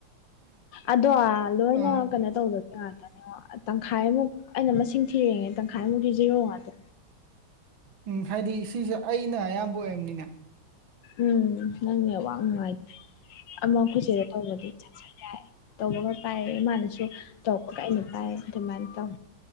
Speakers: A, on the left; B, on the right.
A: ꯑꯗꯣ ꯂꯣꯏꯅ
B: ꯑꯥ
A: ꯀꯩꯅꯣ ꯇꯧꯗ ꯉꯥꯛꯇꯅꯦꯉꯣ ꯇꯪꯈꯥꯏꯃꯨꯛ ꯑꯩꯅ ꯃꯁꯤꯡ ꯊꯤꯔꯦꯉꯦ ꯇꯪꯈꯥꯏꯃꯨꯛꯇꯤ ꯖꯤꯔꯣ ꯉꯥꯛꯇ
B: ꯎꯝ ꯍꯥꯏꯗꯤ ꯁꯤꯁꯦ ꯑꯩꯅ ꯑꯌꯥꯝꯕ ꯑꯣꯏꯝꯅꯤꯅ
A: ꯎꯝ ꯅꯪ ꯅꯦꯠ ꯋꯥꯛ ꯅꯨꯡꯉꯥꯏꯇꯦ ꯑꯃ ꯑꯈꯣꯏ ꯆꯦꯗꯩ ꯇꯧꯕꯗꯤ ꯆꯠ ꯆꯠ ꯌꯥꯏ ꯇꯧꯕꯒ ꯄꯥꯏꯌꯦ ꯃꯥꯅꯁꯨ ꯇꯧꯔꯛꯄꯒ ꯑꯩꯅ ꯄꯥꯏ ꯑꯗꯨꯃꯥꯏꯅ ꯇꯧ